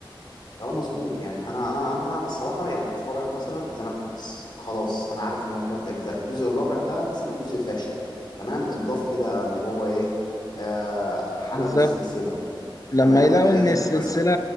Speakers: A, on the left (about 55°); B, on the left (about 40°).
A: اه مظبوط يعني انا انا انا الصراحه يعني اتفرج مثلا ذا ماتريكس خلاص انا عارف ان هو ثلاث اجزاء الجزء الرابع ده مثلا جزء فاشل تمام اتضاف كده اللي هو ايه آه حلبوا
B: بالظبط
A: السلسله
B: لما
A: تمام
B: يلاقوا
A: آه
B: ان
A: زي
B: السلسلة
A: مثلا